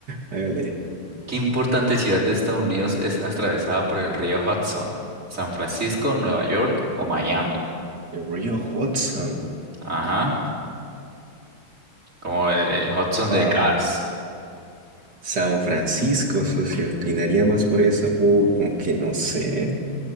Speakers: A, on the right; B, on the right.
A: Hágale.
B: ¿qué importante ciudad de Estados Unidos es atravesada por el río Hudson? ¿San Francisco, Nueva York o Miami?
A: El río Hudson.
B: Ajá, como el, el Hudson de
A: Ah,
B: Cars.
A: San Francisco, socio, inclinaría más por eso. Uh, aunque no sé.